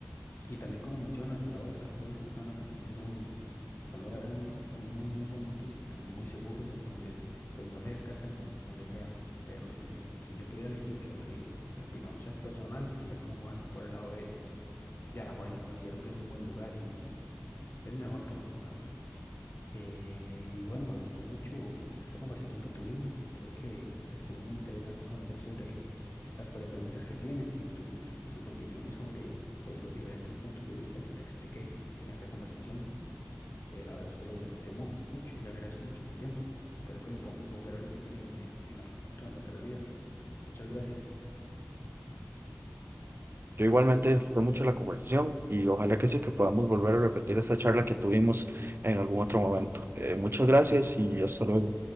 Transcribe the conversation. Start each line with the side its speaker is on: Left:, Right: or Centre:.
Left: y también como mencionas, el lado de Escazú y Santana también es que son, son lugares muy, muy, muy, muy bonitos y también muy seguros, entonces pues no se descartan como la idea, pero si, me, si yo pudiera elegir, creo que mi, mi opinión se- personal sería como moverme por el lado de, de Alajuela, considero que es un buen lugar y es, es mejor que los demás. Eh, y bueno, me gustó mucho pues esta conversación que tuvimos, creo que pues estuvo muy interesante conocer sobre las preferencias que tienes y tus, tus opiniones sobre pues, los diferentes puntos de vista que te expliqué en esta conversación. Eh, la verdad es que lo disfruté mu- mucho y agradezco mucho tu tiempo. Espero que lo podamos volver a repetir en, en, en algún punto de nuestras vidas. Muchas gracias.
Right: Yo igualmente disfruté mucho la conversación y ojalá que sí que podamos volver a repetir esta charla que tuvimos en algún otro momento. Eh, muchas gracias y hasta luego.